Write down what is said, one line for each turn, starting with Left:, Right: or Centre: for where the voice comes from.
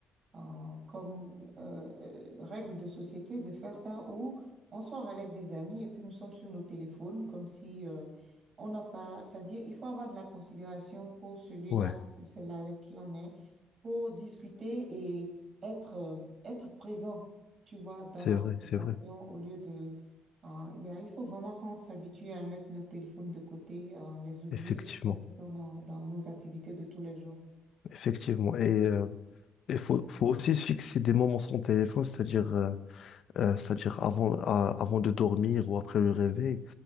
Right: euh, comme euh, euh, règle de société de faire ça où on sort avec des amis et puis nous sommes sur nos téléphones comme si euh, on n'a pas, c'est-à-dire, il faut avoir de la considération pour celui-là
Left: Ouais,
Right: ou celle-là avec qui on est pour discuter et être, euh, être présent, tu vois, dans
Left: c'est
Right: la
Left: vrai,
Right: conversation
Left: c'est vrai.
Right: au lieu de euh, il y a- il faut vraiment qu'on s'habitue à mettre nos téléphones de côté, euh, les oublier
Left: Effectivement,
Right: autant dans, dans nos activités de tous les jours.
Left: effectivement. Et il faut, faut aussi se fixer des moments sans téléphone, c'est-à-dire euh, euh, c'est-à-dire avant, à- avant de dormir ou après le réveil.